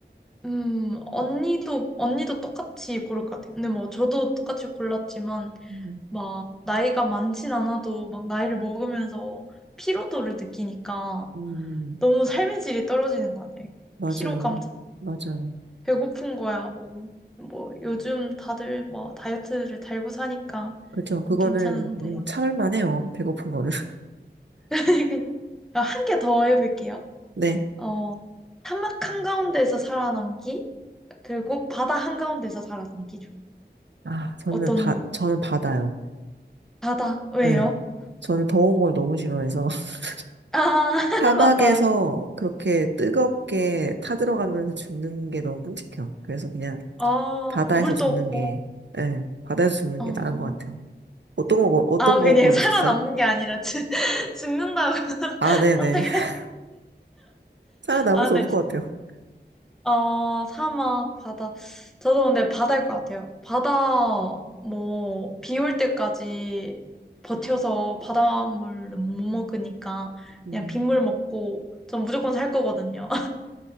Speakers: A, in the centre; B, on the right.
A: 음, 언니도, 언니도 똑같이 고를 것 같아요. 근데 뭐, 저도 똑같이 골랐지만,
B: 음,
A: 막, 나이가 많진 않아도, 막, 나이를 먹으면서 피로도를 느끼니까,
B: 음,
A: 너무 삶의 질이 떨어지는 것 같아요.
B: 맞아요.
A: 피로감,
B: 맞아요.
A: 배고픈 거야, 뭐. 뭐, 요즘 다들 뭐, 다이어트를 달고 사니까
B: 그렇죠. 그거는
A: 괜찮은데.
B: 음, 참을 만해요. 배고픈 거는. <laughs>
A: <laughs> 한 개 더 해볼게요.
B: 네.
A: 어, 사막 한가운데에서 살아남기, 그리고 바다 한가운데서 살아남기죠.
B: 아, 저는
A: 어떤
B: 바, 저는 바다요.
A: 바다? 왜요?
B: 네. 저는 더운 걸 너무 싫어해서 <laughs>
A: 아, <laughs>
B: 사막에서
A: 맞다.
B: 그렇게 뜨겁게 타들어가면서 죽는 게 너무 끔찍해요. 그래서 그냥
A: 아,
B: 바다에서
A: 물도
B: 죽는
A: 없고.
B: 게, 예, 바다에서 죽는
A: 어.
B: 게 나은 것 같아요. 어떤 거, 어떤
A: 아, 그냥
B: 거 고르셨어요?
A: <laughs> 살아남는 게 아니라 죽, <laughs> 죽는다고 <laughs>
B: 아, 네네.
A: 선택하시.
B: <laughs> 살아남을
A: 아,
B: 수
A: 근데
B: 없을 것 같아요.
A: 어, 사막, 바다. 저도 근데 바다일 것 같아요. 바다 뭐 비 올 때까지 버텨서 바닷물은 못 먹으니까
B: 음.
A: 그냥 빗물 먹고 전 무조건 살 거거든요.